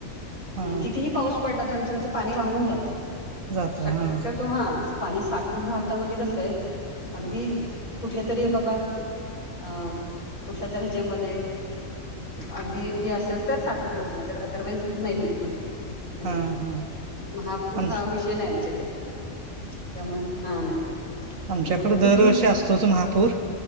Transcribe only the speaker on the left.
कितीही पाऊस पडला तर आमच्याकडचं पाणी वाहून जात
शक्यतो हा पाणी साठवून राहतं म्हणजे कसय अगदी कुठेतरी बाबा अं कुठल्या तरी ज्येमध्ये अगदी हे असेल तर साठून राहतना तर अदरवाईज नाही बिलकुल म्हणजे
महापूर
हा विषय नाही आमच्याकडे. त्यामुळे हा नाही
बिलकुल किती